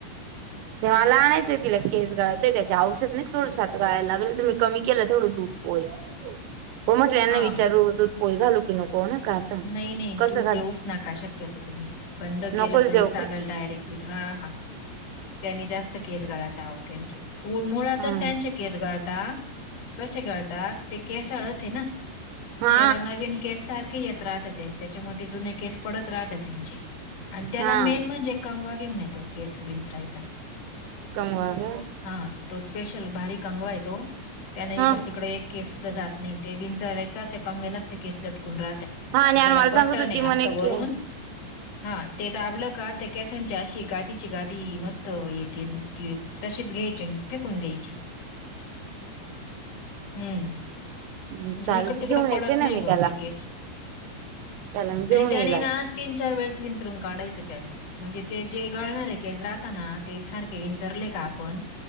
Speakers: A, on the right; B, on the left.
A: ते मला आणायचंय तिला केस गळायत त्याच्या औषध नाही थोडसाताळायला लागलं तुम्ही कमी केलं थोडं दूध पोयल हो म्हटलं यांना
B: हा
A: विचारू दूध पोळी घालू की नको हो ना का
B: नाही नाही
A: कसं
B: दूध
A: घाल
B: देऊच नका शक्यतो तुम्ही बंद केलं
A: नकोच
B: तरी
A: देव
B: चाललं
A: कर
B: डायरेक्ट दूध हा हा त्यांनी जास्त केस गळात आहो त्यांचे मुळातच
A: हा
B: त्यांचे केस गळता कसे गळता ते केसळच आहे ना
A: हा
B: त्याला नवीन केस सारखे येत राहत, त्याच्यामध्ये जुने केस पडत राहत त्यांची. आणि त्याला
A: हा
B: मेन म्हणजे, कंगवा घेऊन येतो केस विंचरायच.
A: कवाग.
B: हा तो स्पेशल बारीक कंगवा आहे, तो त्याने
A: हा
B: इकड तिकडे एक. केस सुद्धा जात नाही ते, विंचरायचा कम वेळेच ते, केस लटकून राहात. आणि
A: हा मला
B: त्याला
A: सांगत
B: बटन
A: होती
B: आहे
A: म्हणे
B: असं वरुन
A: की
B: हा. ते दाबलं का ते केसांच्या अशी गादीची गादी मस्त येेत, त तशीच घ्यायची. फेकून देची.
A: <inaudible>
B: हम्म.
A: ्
B: म्हणजे
A: चालत
B: इकड तिकड
A: घेऊन येते
B: पडत
A: ना
B: नाही
A: मी,
B: बा
A: त्याला
B: ते केस
A: त्याला म घेऊन
B: त्याने
A: येते.
B: आणि ना तीन चार वेळेस विनसरून काढायचं त्याने म्हणजे ते जे गळणार आहे केस राहताना ते सारखे विंचरले का आपण